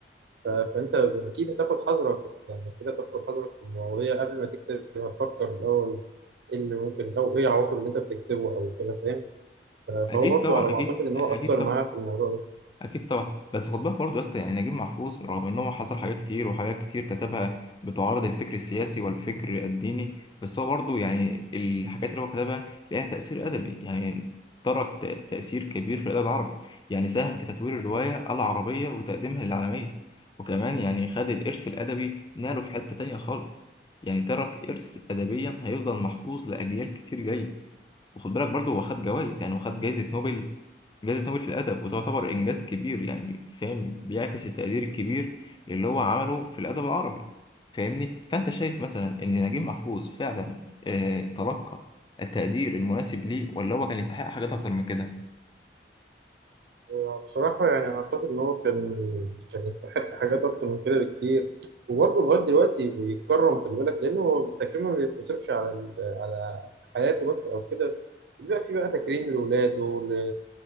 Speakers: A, on the right; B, on the left.
A: ف- فانت اكيد هتاخد حذرك يعني كده تاخد حذرك في المواضيع قبل ما تكتب هتفكر الاول ايه اللي ممكن او ايه العواقب اللي انت بتكتبه او كده فاهم ف-
B: اكيد
A: فهو برضه
B: طبعا
A: على ما
B: اكيد
A: اعتقد ان
B: اكيد
A: هو أثر معاه في الموضوع ده
B: اكيد طبعا بس خد بالك برضه يا اسطى يعني نجيب محفوظ رغم ان هو حصل حاجات كتير وحاجات كتير كتبها بتعارض الفكر السياسي والفكر الديني بس هو برضه يعني الحاجات اللي هو كتبها ليها تاثير ادبي يعني ترك ت- تاثير كبير في الادب العربي يعني ساهم في تطوير الروايه العربيه وتقديمها للعالميه وكمان يعني خد الارث الادبي ناله في حته تانية خالص يعني ترك ارث ادبيا هيفضل محفوظ لاجيال كتير جايه وخد بالك برضه هو خد جوائز يعني هو خد جائزه نوبل جائزة نوبل في الأدب وتعتبر إنجاز كبير يعني فاهم بيعكس التقدير الكبير اللي هو عمله في الأدب العربي فاهمني فأنت شايف مثلا إن نجيب محفوظ فعلا آه تلقى التقدير المناسب ليه ولا هو كان يستحق حاجات أكتر من كده
A: هو بصراحة يعني أعتقد إن هو كان كان يستحق حاجات أكتر من كده بكتير وبرضه لغاية دلوقتي بيتكرم خلي بالك لأنه التكريم ما بيقتصرش على ال... على حياته بس أو كده بيبقى في بقى تكريم لولاده ل...